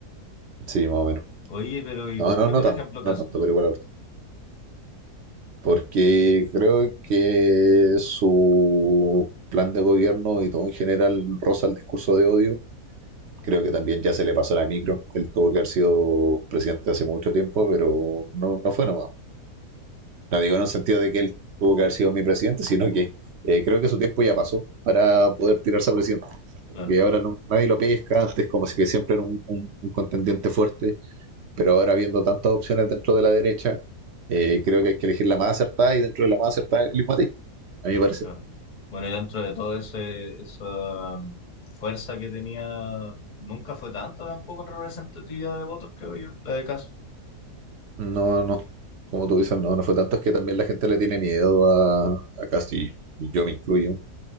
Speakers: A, on the right (about 70°); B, on the left (about 50°).
A: Sí, más o menos.
B: Oye, pero ¿y
A: No,
B: por
A: no,
B: qué,
A: no
B: por
A: tanto,
B: ejemplo,
A: no
B: Cas
A: tanto,
B: no?
A: pero igual ahora. porque creo que su plan de gobierno y todo en general roza el discurso de odio. Creo que también ya se le pasó la micro. Él tuvo que haber sido presidente hace mucho tiempo, pero no, no fue nomás. No digo en el sentido de que él tuvo que haber sido mi presidente, sino que eh, creo que su tiempo ya pasó para poder tirarse a presidente.
B: Claro,
A: Como que ahora no, nadie lo pesca, antes como si que siempre era un, un- un contendiente fuerte. Pero ahora viendo tantas opciones dentro de la derecha, eh, creo que hay que elegir la más acertada y dentro de la más acertada el mismo a ti, a mi parecer.
B: claro. Bueno, y dentro de todo ese, esa mm, fuerza que tenía, nunca fue tanta tampoco en representatividad de votos, creo yo, la de Cas.
A: No, no, como tú dices, no, no fue tanto, es que también la gente le tiene miedo a, a Castillo, yo me incluyo.